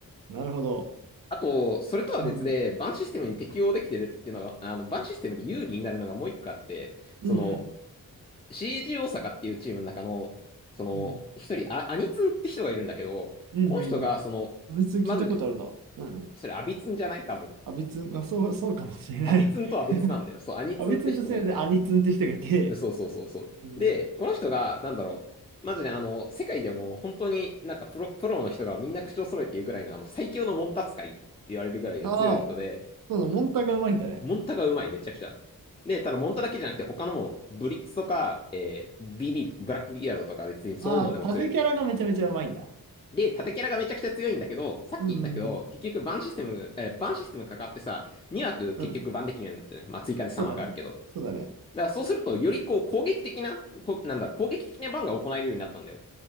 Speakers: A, on the right; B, on the left.
A: なるほど。
B: あと、それとは別で、
A: うん。
B: バンシステムに適応できてるっていうのが、あの、バンシステムで有利になるのがもう一個あって、その、
A: うんうん。
B: CG 大阪っていうチームの中の、その、
A: うん
B: 一人、あ、アニツンって人がいるんだけど、
A: うんうんうん。
B: この人が、その、
A: アニツン聞いたことあるな。
B: まずね、
A: うんうん。
B: それ、アビツンじゃない多分。
A: アビあ、そう、そうかもしれない。
B: アビツンとは別なんだよ。そう、
A: <laughs>
B: アニツンって人がいて。
A: ア別ツンとしてでアニツって人がいて、
B: そうそうそうそう。
A: うん。
B: で、この人が、なんだろう、まずね、あの、世界でも本当になんかプロ、プロの人がみんな口を揃えて言うぐらいの、あの、最強のモンタ使いって言われるぐらいの強い人で、
A: ああ、そうだ、モンタがうまいんだね。
B: モンタがうまい、めちゃくちゃ。で、ただモンタだけじゃなくて、他のも、ブリッツとか、えービビ、ブラックビアードとか別にそういうのでも強い。
A: ああ、縦キャラがめちゃめちゃうまいんだ。
B: で、縦キャラがめちゃくちゃ強いんだけど、さっき言ったけど、
A: うんうん
B: 結局バンシステム、えーバンシステムかかってさ、2枠結局バンできるようになってる。
A: うん。うん、
B: まあ、追加で3枠あるけど。
A: そうだね。そうだね。
B: だからそうすると、よりこう攻撃的な、こなんだろう、攻撃的なバンが行えるようになったんだよ。